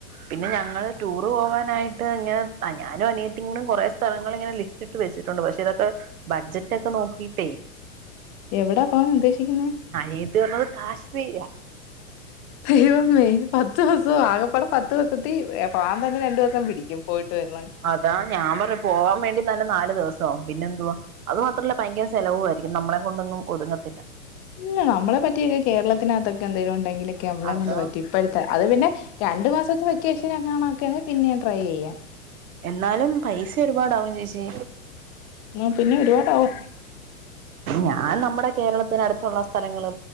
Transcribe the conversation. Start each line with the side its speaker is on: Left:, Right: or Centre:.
Right: പിന്നെ ഞങ്ങള് ടൂറ് പോവാനായിട്ട് ങ്ങനെ ഞാനും അനിയത്തികൂടി കുറേ സ്ഥ സ്ഥലങ്ങളിങ്ങനെ ലിസ്റ്റിട്ട് വെച്ചിട്ടുണ്ട് പക്ഷെ ഇതൊക്കെ ബഡ്ജറ്റ് ഒക്കെ നോക്കിയിട്ടേ
Left: എവിടാ പോവാനുദ്ദേശിക്കുന്നെ?
Right: അനിയത്തി പറഞ്ഞത് കാശ്മീരാ
Left: ദൈവമേ പത്ത് ദുവസോ ആകപ്പാടെ പത്ത് ദുവസത്തി പോകാൻ തന്നെ രണ്ടു ദിവസം പിടിക്കും പോയിട്ട് വരുണെ
Right: അതാ ഞാൻ പറഞ്ഞു പോവാൻ വേണ്ടിതന്നെ നാല് ദിവസാവും പിന്നെ എന്തുവാ അത് മാത്രല്ല ഭയങ്കര സ് ചെലവു ആയിരിക്കും നമ്മളെ കൊണ്ടൊന്നും ഒതുങ്ങത്തില്ല.
Left: ഇല്ല നമ്മളെ പറ്റിയൊക്കെ കേരളത്തിനകത്തൊക്കെ എന്തെങ്കലും ഉണ്ടെങ്കിലൊക്കെ നമ്മളെ
Right: അതാ
Left: കൊണ്ട് പറ്റി ഇപ്പോഴത്തെ അത് പിന്നെ രണ്ടു മാസത്തെ വെക്കേഷനൊ ക്കാണൊക്കെ പിന്നെ ട്രൈ ചെയ്യാ.
Right: എന്നാലും പൈസ ഒരുപാടാവും ചേച്ചി.
Left: ആഹ് പിന്നെ ഒരുപാടാവും.
Right: ഞാൻ നമ്മുടെ കേരളത്തിന്ടുത്തുള്ള സ്ഥലങ്ങള്